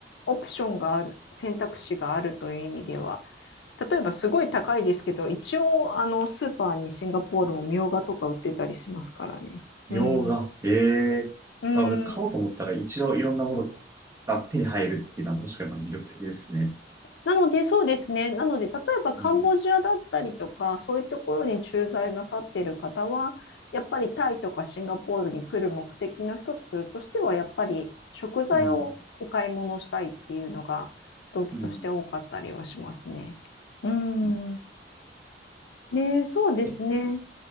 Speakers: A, on the left; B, on the right.
A: オプションがある、選択肢があるという意味では。例えばすごい高いですけど、一応、あの、スーパーにシンガポールもみょうがとか売ってたりしますからね。うん。
B: 洋画。ええまあ、
A: うん。
B: 俺買おうと思ったら一応いろんなものが手に入るっていうのはもしかしたら魅力的ですね。
A: なので、そうですね。なので、例えばカンボジアだったりとか、
B: うん。
A: そういうところに駐在なさっている方は、やっぱりタイとかシンガポールに来る目的の一つとしては、やっぱり食材をお買い物したいっていうのが動機として多かったりはしますね。
B: うん。うん。
A: うん。
B: うん
A: で、そうですね。
B: え、